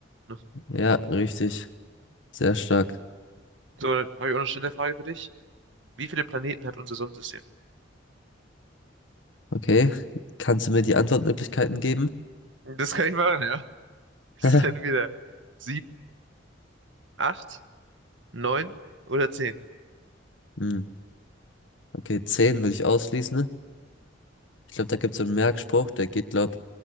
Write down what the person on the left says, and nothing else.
Ja, richtig. Sehr stark.
Okay, kannst du mir die Antwortmöglichkeiten geben?
<laughs>
Hm. Okay, 10 würde ich ausschließen. Ich glaube, da gibt es so einen Merkspruch, der geht, glaub,